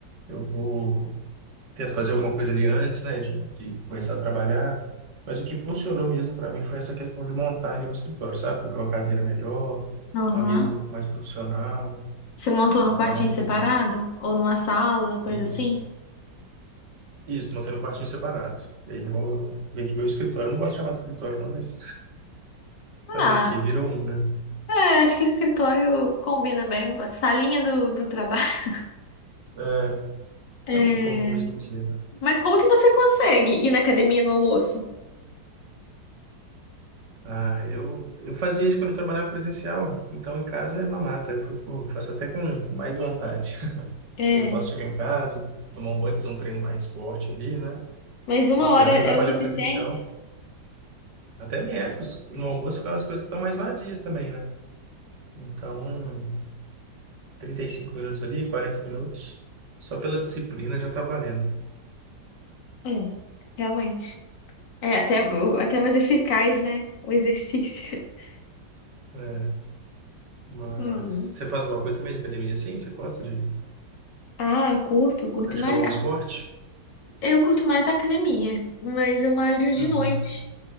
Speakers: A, on the right; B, on the left.
A: eu vou, tento fazer alguma coisa ali antes, né, de, de começar a trabalhar. Mas o que funcionou mesmo para mim foi essa questão de montar ali um escritório, sabe? Comprar uma cadeira melhor,
B: Aham.
A: uma mesa um pouco mais profissional.
B: Você montou
A: Então,
B: num quartinho separado?
A: é
B: Ou numa sala, coisa
A: isso.
B: assim?
A: Isso, mantendo o quartinho separado. E aí virou meio que meu escritório. Eu não gosto de chamar de escritório, não, mas Fazer
B: Ah,
A: o quê? Virou um, né?
B: é, acho que escritório combina bem, a salinha do, do trabalho. <laughs>
A: É,
B: É,
A: tá muito comum hoje em dia, né?
B: mas como que você consegue ir na academia no almoço?
A: Ah, eu, eu fazia isso quando eu trabalhava presencial, então em casa é mamata. Eu fico- faço até com mais vontade. <laughs>
B: É,
A: Eu posso chegar em casa, tomar um banho, fazer um treino mais forte ali, né?
B: mas uma
A: Porque
B: hora
A: antes
B: é
A: eu trabalhava
B: o suficiente?
A: presencial, até menos. No almoço ficava- as coisas estão mais vazias também, né? Então, 35 minutos ali, 40 minutos, só pela disciplina já tá valendo.
B: É, realmente. É até, até mais eficaz, né? O exercício. <laughs>
A: É, mas
B: Hum.
A: você faz alguma coisa também de academia assim? Você gosta de
B: Ah, curto, curto
A: praticar
B: malhar.
A: algum esporte?
B: Eu curto mais a academia, mas eu malho de
A: Uhum.
B: noite.